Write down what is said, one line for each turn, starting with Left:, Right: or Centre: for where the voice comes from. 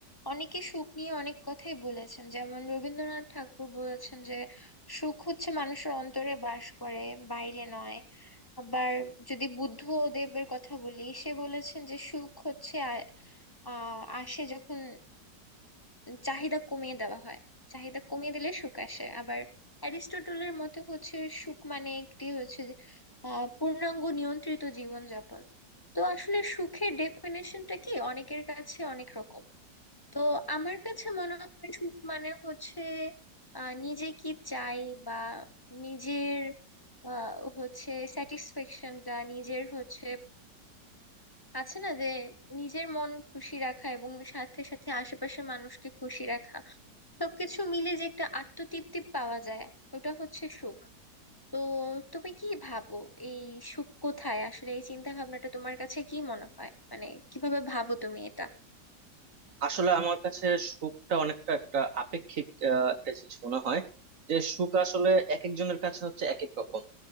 Left: অনেকে সুখ নিয়ে অনেক কথাই বলেছেন যেমন রবীন্দ্রনাথ ঠাকুর বলেছেন যে সুখ হচ্ছে মানুষের অন্তরে বাস করে বাইরে নয় আবার যদি বুদ্ধদেবের কথা বলি সে বলেছেন যে সুখ হচ্ছে আ- আহ আসে যখন চাহিদা কমিয়ে দেওয়া হয় চাহিদা কমিয়ে দিলে সুখ আসে আবার অ্যারিস্টটলের মতে হচ্ছে সুখ মানে একটি হচ্ছে যে, আহ পূর্ণাঙ্গ নিয়ন্ত্রিত জীবন যাপন তো আসলে সুখের ডেফিনেশনটা কি অনেকের কাছে অনেক রকম তো আমার কাছে মনে হয় সুখ মানে হচ্ছে আহ নিজে কি চাই বা নিজের আহ হচ্ছে স্যাটিসফ্যাকশনটা নিজের হচ্ছে আছে না যে নিজের মন খুশি রাখা এবং সাথে সাথে আশেপাশের মানুষকে খুশি রাখা সবকিছু মিলে যে একটা আত্মতৃপ্তি পাওয়া যায় ওটা হচ্ছে সুখ তো তুমি কি ভাবো এই সুখ কোথায় আসলে এই চিন্তা ভাবনাটা তোমার কাছে কি মনে হয় মানে কিভাবে ভাবো তুমি এটা
Right: আসলে আমার কাছে সুখটা অনেকটা একটা আপেক্ষিক আহ, একটা জিনিস মনে হয় যে সুখ আসলে এক একজনের কাছে হচ্ছে এক এক রকম